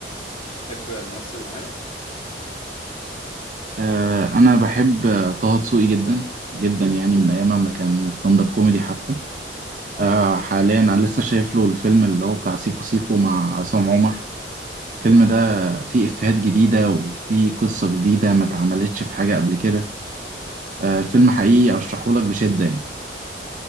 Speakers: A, on the left; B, on the right.
A: تحب ممثل معين
B: آه انا بحب آه، طه دسوقي جدا جدا يعني من ايام ما كان ستاند اب كوميدي حتى
A: اه
B: آه
A: جميل
B: حاليا انا لسه شايف له الفيلم اللي هو بتاع سيكو سيكو مع عصام عمر الفيلم ده فيه افيهات جديده وفيه قصه جديده ما اتعملتش في حاجه قبل كده آه الفيلم حقيقي ارشحهولك بشده يعني